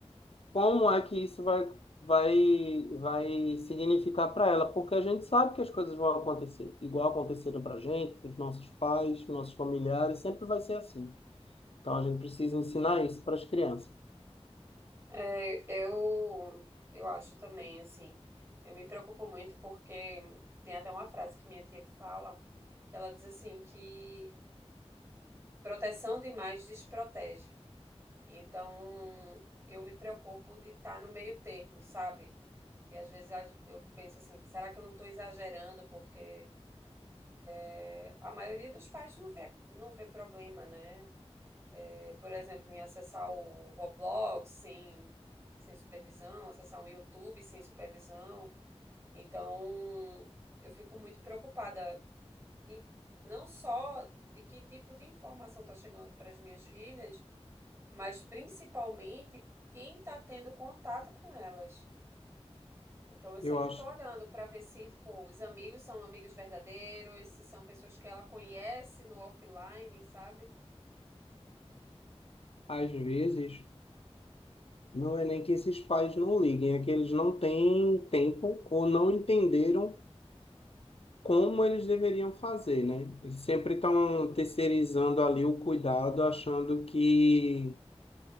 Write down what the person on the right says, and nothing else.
Eu, eu, eu acho também, assim, eu me preocupo muito porque tem até uma frase que minha tia fala, que ela diz assim que proteção demais desprotege. Então, eu me preocupo de estar no meio termo, sabe? E às vezes eu penso assim, será que eu não estou exagerando? Porque é, a maioria dos pais não vê, não vê problema, né? É, por exemplo, em acessar o Roblox sem, sem supervisão, acessar o YouTube sem supervisão. Então, eu fico muito preocupada de, não só de que tipo de informação está chegando para as minhas filhas, mas principalmente quem está tendo contato com elas. Então eu sempre
estou olhando para ver se, tipo, os amigos são amigos verdadeiros, se são pessoas que ela conhece no offline, sabe?